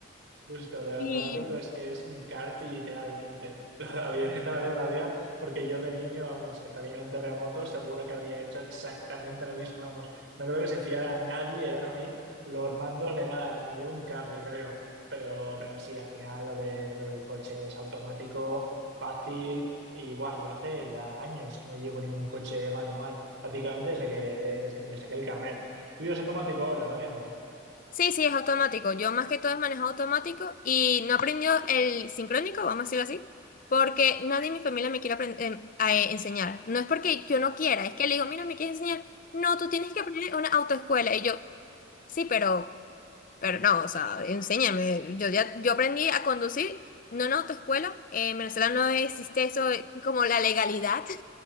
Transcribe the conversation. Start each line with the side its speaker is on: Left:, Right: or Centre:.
Right: Justo, lo de
Left: Y
Right: automático es que es un kart literalmente. <laughs> Lo de la avioneta me hace gracia porque yo de niño, vamos, que también era un terremoto, seguro que habría hecho exactamente lo mismo, vamos. No creo que se fiara a nadie, era a mí, los mandos de nada, ni de un kart, yo creo. Pero, pero sí, al final lo de, lo del coche es automático, fácil y guay. Yo hace ya años que no llevo ningún coche manual, prácticamente desde que, desde que me saqué el carnet. ¿Tú ya es automático ahora también o qué?
Left: sí, sí, es automático. Yo más que todo es manejo automático y no aprendió el sincrónico, vamos a decirlo así, porque nadie en mi familia me quiere aprend- em, a, eh, enseñar. No es porque yo no quiera, es que le digo, mira, me quieres enseñar. No, tú tienes que aprender en una autoescuela. Y yo, sí, pero, pero no, o sea, enséñame. Yo ya, yo aprendí a conducir, no en autoescuela. Eh, en Venezuela no existe eso eh, como la legalidad. <laughs>